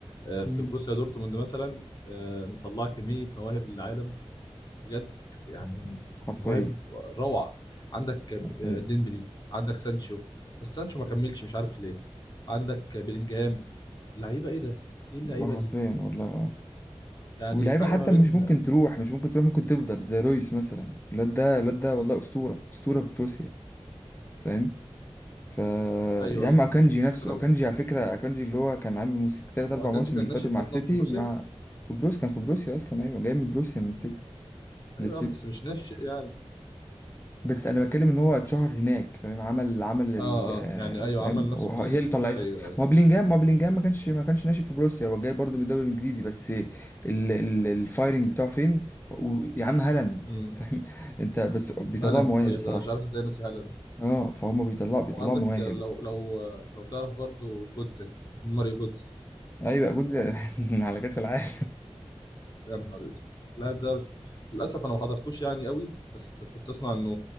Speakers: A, on the left (about 40°); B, on the left (about 20°).
A: آه، في
B: امم
A: بروسيا دورتموند مثلا آه، مطلعه كميه مواهب للعالم بجد يعني
B: حرفيا
A: مواهب روعة عندك
B: حرفيا
A: ديمبلي عندك سانشو بس سانشو ما كملش مش عارف ليه عندك بلينجهام لعيبة ايه ده ايه اللعيبة
B: والله
A: دي
B: حرفيا والله
A: يعني
B: ولاعيبه
A: الفرق
B: حتى
A: ما بين
B: مش ممكن تروح مش ممكن تروح ممكن تفضل زي رويس مثلا الواد ده الواد ده
A: مم.
B: والله اسطوره اسطوره في بروسيا فاهم ف
A: ايوه
B: يا عم
A: ايوه
B: اكانجي نفسه
A: بس انا
B: اكانجي على فكره اكانجي اللي هو كان عامل موسم تلات
A: واكانجي
B: اربع مواسم
A: كان
B: اللي
A: ناشئ
B: فاتوا مع
A: اصلا
B: السيتي
A: في بروسيا
B: مع في بروس كان في بروسيا اصلا ايوه جاي من بروسيا من السيتي
A: ايوه
B: للسيتي
A: يا عم بس مش ناشئ يعني
B: بس انا بتكلم ان هو اتشهر هناك فاهم عمل عمل ال
A: اه
B: آه،
A: اه يعني ايوه
B: فاهم
A: عمل نفسه
B: وه-
A: هناك
B: هي اللي طلعته
A: ايوه ايوه
B: ما هو بلينجهام ما هو بلينجهام ما كانش ما كانش ناشئ في بروسيا هو جاي برضه من الدوري الانجليزي بس ال- ال- الفايرنج بتاعه فين و- يا عم هالاند
A: امم
B: فاهم <laughs> انت بس بيطلعوا
A: هالاند
B: مواهب
A: صحيح
B: الصراحه
A: ده انا مش عارف ازاي ناسي هالاند
B: اه فهم بيطلعوا
A: و-
B: بيطلعوا
A: وعندك
B: مواهب
A: لو لو لو تعرف برضو جودزا ماريو جودزا
B: ايوه جود <laughs> على كاس العالم
A: يا نهار اسود اللاعب ده للاسف انا ما حضرتوش يعني قوي بس كنت اسمع انه